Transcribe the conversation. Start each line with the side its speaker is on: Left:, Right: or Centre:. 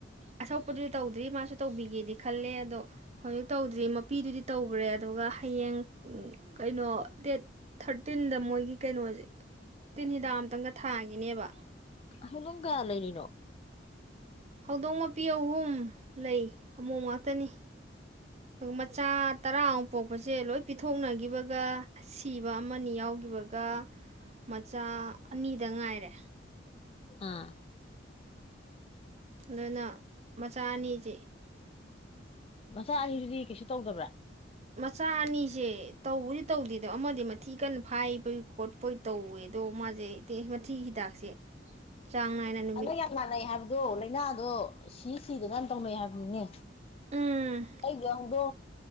Right: ꯑꯁꯣꯛꯄꯗꯨꯗꯤ ꯇꯧꯗ꯭ꯔꯤ ꯃꯥꯁꯨ ꯇꯧꯕꯤꯒꯦꯗꯤ ꯈꯜꯂꯦ ꯑꯗꯣ ꯍꯧꯖꯤꯛ ꯇꯧꯗ꯭ꯔꯤ ꯃꯄꯤꯗꯨꯗꯤ ꯇꯧꯈ꯭ꯔꯦ ꯑꯗꯨꯒ ꯍꯌꯦꯡ ꯀꯩꯅꯣ ꯗꯦꯠ ꯊꯥꯔꯇꯤꯟꯗ ꯃꯣꯏꯒꯤ ꯀꯩꯅꯣꯅꯤ ꯇꯤꯟ ꯍꯤꯗꯥꯛ ꯑꯃꯝꯇꯪꯒ ꯊꯥꯡꯉꯅꯦꯕ
Left: ꯍꯂꯝ ꯀꯌꯥ ꯂꯩꯔꯤꯅꯣ
Right: ꯍꯧꯗꯣꯡ ꯃꯄꯤ ꯑꯍꯨꯝ ꯂꯩ ꯑꯃꯨꯛ ꯉꯥꯛꯇꯅꯤ ꯃꯆꯥ ꯇꯔꯥ ꯄꯣꯄꯁꯁꯤꯂꯣꯏ ꯄꯤꯊꯣꯛꯅꯈꯤꯕꯒ ꯁꯤꯕ ꯑꯃꯅꯤ ꯌꯥꯎꯈꯤꯕ ꯑꯗꯨꯒ ꯃꯆꯥ ꯑꯅꯤꯗ ꯉꯥꯏꯔꯦ
Left: ꯑꯥ
Right: ꯑꯗꯨꯅ ꯃꯆꯥ ꯑꯅꯤꯁ
Left: ꯃꯆꯥ ꯑꯅꯤꯁꯨꯗꯤ ꯀꯩꯁꯨ ꯇꯧꯗꯕ꯭ꯔꯥ
Right: ꯃꯆꯥ ꯑꯅꯤꯁꯦ ꯇꯧꯕꯔꯤ ꯇꯧꯗꯦꯗꯣ ꯑꯃꯗꯤ ꯃꯊꯤ ꯀꯟꯅ ꯐꯥꯏꯚ ꯣꯏ ꯈꯣꯠꯄꯣꯏ ꯇꯧꯋꯦ ꯑꯗꯣ ꯃꯥꯁꯦ ꯤ ꯍꯤꯗꯥꯛꯁꯦ ꯆꯥꯡ ꯅꯥꯏꯅ ꯅꯨꯃꯤꯠ
Left: ꯑꯗ ꯌꯥꯝ ꯃꯥꯟꯅꯩ ꯍꯥꯏꯕꯗꯣ ꯂꯥꯏꯅꯥꯗꯣ ꯁꯤ ꯁꯤꯗ ꯅꯥꯟ ꯇꯧꯅꯩ ꯍꯥꯏꯕꯅꯤꯅꯦ
Right: ꯎꯝ
Left: ꯑꯩꯒꯗ